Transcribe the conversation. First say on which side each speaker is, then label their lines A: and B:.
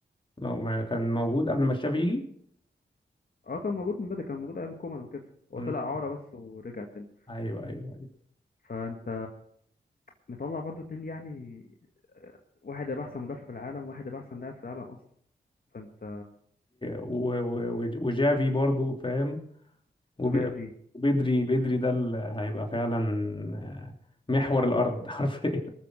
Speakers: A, on the left (about 25°); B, on the left (about 55°).
A: لو ما كان موجود قبل ما تشافي يجي
B: اه كان موجود من بدري كان موجود ايام كومان وكده
A: مم.
B: هو طلع اعاره بس ورجع تاني
A: ايوه ايوه ايوه
B: فانت مطلع برضو اتنين يعني آه، واحد هيبقى احسن مدافع في العالم واحد هيبقى احسن لاعب في العالم اصلا فانت
A: و... و... و... وجافي برضه فاهم وب-
B: وجافي
A: وبدري بدري ده اللي هيبقى فعلا آه، محور الارض <laughs> حرفيا